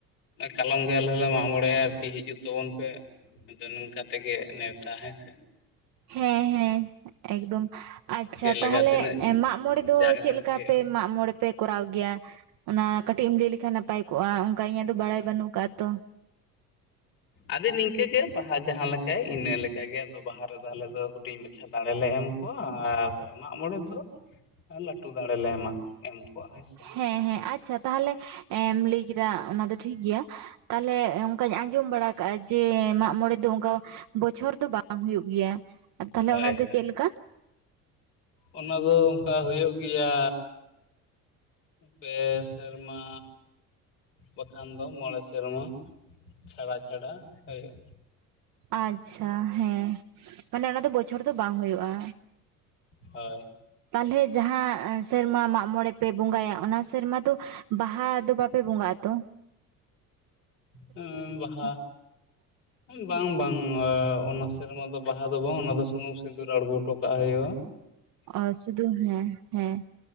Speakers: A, on the left; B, on the right.
A: ᱠᱟᱞᱚᱢ ᱜᱮ ᱟᱞᱮ ᱦᱚᱸᱞᱮ ᱢᱟᱜᱽ ᱢᱚᱬᱮᱭᱟ ᱟᱨᱠᱤ ᱦᱤᱡᱩᱜ ᱛᱟᱵᱚᱱ ᱯᱮ ᱾ ᱟᱫᱚ ᱱᱚᱝᱠᱟ ᱛᱮᱜᱮ ᱱᱮᱣᱛᱟ ᱦᱮᱸ ᱥᱮ ᱾
B: ᱦᱮᱸ ᱦᱮᱸ ᱮᱠᱫᱚᱢ ᱾ ᱟᱪᱪᱷᱟ
A: ᱪᱮᱫ ᱞᱮᱠᱟ
B: ᱛᱟᱦᱚᱞᱮ
A: ᱛᱤᱱᱟᱹᱜ
B: ᱢᱟᱜᱽ ᱢᱚᱬᱮ ᱫᱚ
A: ᱡᱟᱠ
B: ᱪᱮᱫ
A: ᱡᱚᱢᱚᱠ
B: ᱞᱮᱠᱟ
A: ᱦᱩᱭᱩᱜᱼᱟ
B: ᱯᱮ ᱢᱟᱜᱽ ᱢᱚᱬᱮ ᱯᱮ ᱠᱚᱨᱟᱣ ᱜᱮᱭᱟ? ᱚᱱᱟ ᱠᱟᱹᱴᱤᱡ ᱮᱢ ᱞᱟᱹᱭ ᱞᱮᱠᱷᱟᱱ ᱱᱟᱯᱟᱭ ᱠᱚᱜᱼᱟ ᱚᱱᱠᱟ ᱤᱧᱟᱹᱜ ᱫᱚ ᱵᱟᱲᱟᱭ ᱵᱟᱹᱱᱩᱜ ᱟᱠᱟᱫᱼᱟ ᱛᱚ ᱾
A: ᱟᱫᱚ ᱱᱤᱝᱠᱟᱹᱜᱮ ᱵᱟᱦᱟ ᱡᱟᱦᱟᱸ ᱞᱮᱠᱟᱭ ᱤᱱᱟᱹᱞᱮᱠᱟ ᱜᱮ ᱟᱫᱚ ᱵᱟᱦᱟ ᱨᱮᱫᱚ ᱟᱞᱮ ᱫᱚ ᱦᱩᱰᱤᱧ ᱢᱟᱪᱷᱟ ᱾ ᱫᱟᱲᱮᱞᱮ ᱮᱢ ᱠᱚᱣᱟ ᱟᱨ ᱢᱟᱜᱢᱚᱬᱮ ᱫᱚ ᱟᱨ ᱞᱟᱹᱴᱩ ᱫᱟᱲᱮ ᱞᱮ ᱮᱢᱟ ᱮᱢ ᱠᱚᱣᱟ ᱦᱚᱭ ᱥᱮ ᱾
B: ᱦᱮᱸ ᱦᱮᱸ ᱟᱪᱪᱷᱟ ᱛᱟᱦᱚᱞᱮ ᱮᱢ ᱞᱟᱹᱭ ᱠᱮᱫᱟ ᱚᱱᱟ ᱫᱚ ᱴᱷᱤᱠ ᱜᱮᱭᱟ ᱾ ᱛᱟᱦᱚᱞᱮ ᱚᱱᱠᱟᱧ ᱟᱸᱡᱚᱢ ᱵᱟᱲᱟ ᱠᱟᱜᱼᱟ ᱡᱮ ᱢᱟᱜ ᱢᱚᱬᱮ ᱫᱚ ᱚᱱᱠᱟ ᱵᱚᱪᱷᱚᱨ ᱫᱚ ᱵᱟᱝ ᱦᱩᱭᱩᱜ ᱜᱮᱭᱟ? ᱛᱟᱦᱚᱞᱮ
A: ᱦᱳᱭ
B: ᱚᱱᱟ ᱫᱚ
A: ᱦᱳᱭ
B: ᱪᱮᱫ ᱞᱮᱠᱟ
A: ᱚᱱᱟ ᱫᱚ ᱚᱱᱠᱟ ᱦᱩᱭᱩᱜ ᱜᱮᱭᱟ ᱯᱮ ᱥᱮᱨᱢᱟ ᱵᱟᱠᱷᱟᱱ ᱫᱚ ᱢᱚᱬᱮ ᱥᱮ ᱥᱮᱨᱢᱟ ᱪᱷᱟᱲᱟ ᱪᱷᱟᱲᱟ ᱦᱩᱭᱩᱜᱼᱟ
B: ᱟᱪᱪᱷᱟ ᱦᱮᱸ ᱢᱟᱱᱮ ᱚᱱᱟ ᱫᱚ ᱵᱚᱪᱷᱚᱨ ᱫᱚ ᱵᱟᱝ ᱦᱩᱭᱩᱜᱼᱟ
A: ᱦᱳᱭ
B: ᱛᱟᱦᱚᱞᱮ ᱡᱟᱦᱟᱸ ᱥᱮᱨᱢᱟ ᱢᱟᱜᱽ ᱢᱚᱬᱮ ᱯᱮ ᱵᱚᱸᱜᱟᱭᱟ ᱚᱱᱟ ᱥᱮᱨᱢᱟ ᱫᱚ ᱵᱟᱦᱟ ᱫᱚ ᱵᱟᱯᱮ ᱵᱚᱸᱜᱟ ᱟᱛᱚ?
A: ᱦᱩᱢ ᱵᱟᱦᱟ
B: <inaudible>
A: ᱵᱟᱝ ᱵᱟᱝ ᱚᱱᱟ ᱥᱮᱨᱢᱟ ᱫᱚ ᱵᱟᱦᱟ ᱫᱚ ᱵᱟᱝ ᱚᱱᱟ ᱫᱚ ᱥᱩᱱᱩᱢ ᱥᱤᱸᱫᱩᱨ ᱟᱬᱜᱚ ᱦᱚᱴᱚ ᱠᱟᱜ ᱦᱩᱭᱩᱜᱼᱟ ᱾
B: ᱚ ᱥᱩᱫᱩ ᱦᱮᱸ ᱦᱮᱸ